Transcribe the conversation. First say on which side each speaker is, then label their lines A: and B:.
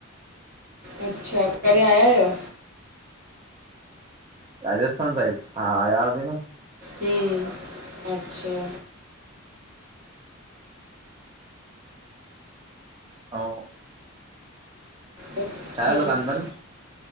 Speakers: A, on the right; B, on the right.
A: अच्छा त कॾहिं आया आहियो?
B: राजस्थान साइड, हा आया हुआसीं न।
A: हम्म, अच्छा।
B: हा।
A: हम्म
B: छाजो दुकान तन,